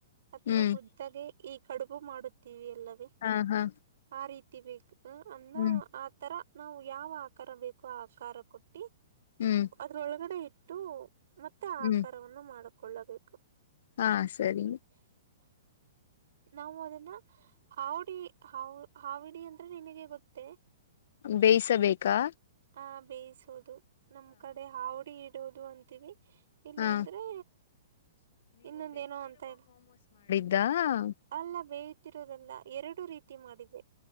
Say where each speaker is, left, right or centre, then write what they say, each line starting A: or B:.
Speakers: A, on the right; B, on the left.
A: ಅಥವಾ
B: ಹ್ಮ್
A: ಹುದ್ದಾಗೆ ಈ ಕಡುಬು ಮಾಡುತ್ತೀವಿ ಅಲವೇ
B: ಹಾ ಹಾ
A: ಆ ರೀತಿ <unintelligible> ಹೂ ಅಮ್ಮಾ
B: ಹ್ಮ್
A: ಆ ತರ ನಾವು ಯಾವ ಆಕಾರ ಬೇಕು ಆ ಆಕಾರ ಕೊಟ್ಟ
B: ಹ್ಮ್
A: ಅದ್ರೊಳಗಡೆ ಇಟು ಟು ಮತ್ತೆ
B: ಹ್ಮ್
A: ಆಕಾರವನ್ನು ಮಾಡ ಕೊಳ್ಳಬೇಕು
B: ಹಾ ಸರಿ
A: ನಾವು ಮದಣ ಹಾಾವಡಿ ಹಾ ಹಾಾವಡಿ ಅಂದ್ರೆ ನಿನಗೆ ಗೊತ್ತ ಮತ್ತುೆ
B: ಬೇಯ್ಿಸಬೇಕಾ
A: ಆ ಬೇಯಿಸೋದು ನಮ್ ಕಡೆ ಹಾವಡಿ ದುದು ಅಂತೀವಿ ಇಲ್ಲಾ
B: ಹಾ
A: ಅಂದ್ರೆ ಇನ್ನೊಂದ ಏನೋ ಅಂತರಾ
B: ದಾ
A: ಅಲ್ಲವೇ ತಿರುವುದಲ್ಲ ಎರಡು ರೀತಿ ಮಾಡಿದೆ